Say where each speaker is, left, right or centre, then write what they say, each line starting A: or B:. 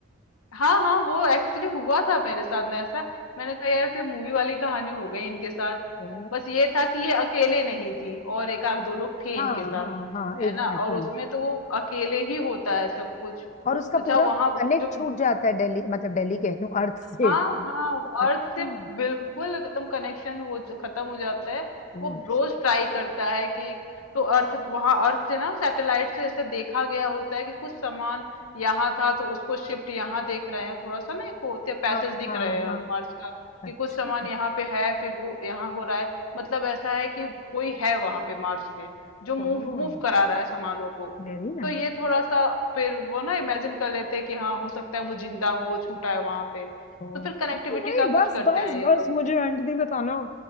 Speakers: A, on the left; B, on the left.
A: हाँ, हाँ, वो एक्चुअली हुआ था मेरे साथ ना ऐसा। मैंने कहा यार ये मूवी वाली कहानी हो गई इनके साथ।
B: ओ
A: बस ये था कि ये अकेले नहीं थी और एक आध दो लोग थे
B: हाँ
A: इनके साथ,
B: हाँ हाँ
A: है
B: एग्जैक्टली
A: ना? और उसमें तो वो अकेले ही होता है सब कुछ।
B: और उसका
A: अच्छा
B: पूरा
A: वहाँ वो
B: कनेक्ट
A: जो
B: छूट जाता है दिल्ली मतलब दिल्ली कह रही हूँ <laughs> अर्थ से
A: हाँ हाँ
B: अच्छा
A: अर्थ से बिल्कुल एकदम कनेक्शन हो खत्म हो जाता है
B: ओ
A: वो रोज
B: श-
A: ट्राई करता है कि तो अर्थ वहां अर्थ से ना सैटेलाइट से ऐसे देखा गया होता है कि कुछ सामान यहाँ था तो उसको शिफ्ट यहाँ देख रहे हैं थोड़ा सा ना एक होते हैं पैचेस
B: हाँ
A: दिख
B: हाँ
A: रहे हैं
B: हाँ
A: मार्स का
B: अच्छा
A: कि कुछ सामान यहाँ पे है फिर वो यहाँ हो रहा है मतलब ऐसा है कि कोई है वहां पे मार्स में जो मूव
B: ओ
A: मूव करा रहा है सामानों को
B: Very nice
A: तो ये थोड़ा सा फिर वो ना इमेजिन कर लेते हैं कि हाँ हो सकता है वो जिंदा हो वो छूटा है वहां पे
B: ओ
A: तो फिर कनेक्टिविटी
B: नहीं
A: का
B: बस
A: कुछ करते
B: बस
A: हैं ये
B: बस
A: लोग
B: मुझे अंत नहीं बताना